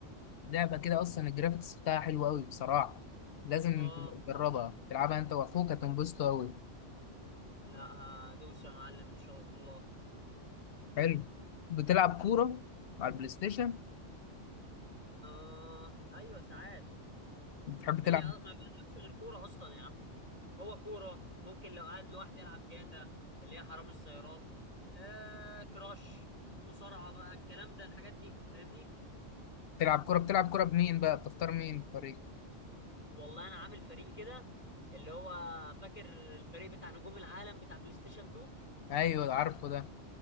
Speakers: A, on the left (about 60°); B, on the left (about 30°).
A: لعبة كده اصلا الجرافيكس بتاعها حلو قوي بصراحة لازم
B: اه
A: تجربها تلعبها انت واخوك هتنبسطوا قوي
B: لا هدوس يا معلم ان شاء الله
A: حلو بتلعب كورة على البلاي ستيشن
B: اه ايوه ساعات
A: بتحب تلعب
B: هي ما بلعبش غير كورة اصلا يا عم هو كورة ممكن لو قاعد لوحدي العب جاتا اللي هي حرامي السيارات آه كراش مصارعة بقى الكلام ده الحاجات دي فاهمني
A: تلعب كورة بتلعب كورة بمين بقى بتختار مين في الفريق
B: والله انا عامل فريق كده اللي هو فاكر الفريق بتاع نجوم العالم بتاع بلاي ستيشن 2
A: ايوه عارفه ده